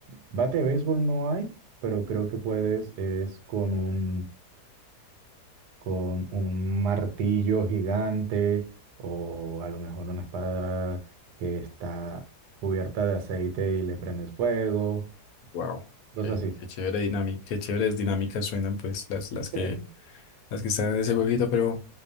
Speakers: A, on the right (about 80°); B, on the left (about 70°).
A: bate de béisbol no hay, pero creo que puedes es con un, con un martillo gigante o a lo mejor una espada que está cubierta de aceite y le prendes fuego,
B: Wow.
A: cosas
B: Qué, qué chévere dinámica, qué chéveres dinámicas suenan pues las, las que
A: así.
B: las que están en ese jueguito, pero